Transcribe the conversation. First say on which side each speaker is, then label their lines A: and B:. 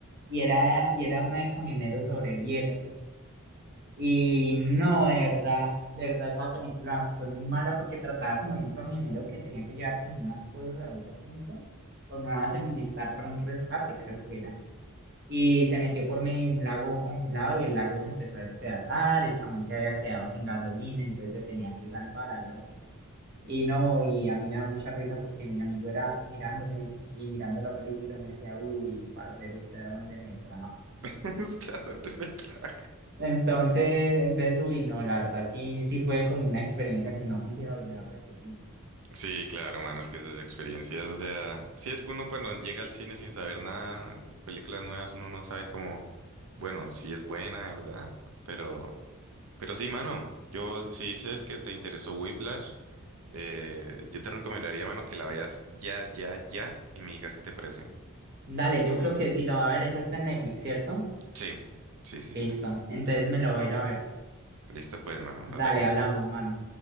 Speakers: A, on the right (about 45°); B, on the right (about 75°).
A: y era, y era una de camioneros sobre el hielo. Y no, de verdad, de verdad esa película fue muy mala porque trataba como de un camionero que tenía que llevar como unas cosas a otro punto, o una semidistar para un rescate, creo que era. Y se metió por medio de un lago congelado y el lago se empezó a despedazar, el camión se había quedado sin gasolina, entonces se tenía que salvar, algo así. Y no, y a mí me da mucha risa porque mi amigo era mirándome y mirando la película y me decía, uy, parcero, ¿usted a dónde me trajo?
B: <laughs> ¿Hasta dónde me trae?
A: Entonces, entonces, uy, no, la verdad, sí, sí fue como una experiencia que no quisiera volver a repetir.
B: Sí, claro, mano, es que esas experiencias, o sea, sí es que uno cuando llega al cine sin saber nada, películas nuevas, uno no sabe cómo, bueno, si es buena, ¿verdad? Pero, pero sí, mano, yo, si dices que te interesó Whiplash, Eh, yo te recomendaría, mano, que la veas ya, ya, ya y me digas qué te parece.
A: Dale, yo creo que sí la va a ver, esa está en Netflix, ¿cierto?
B: Sí, sí, sí,
A: Listo,
B: sí.
A: entonces me la voy a ir a ver.
B: Listo, pues, mano.
A: Dale,
B: Nos vemos.
A: hablamos, mano.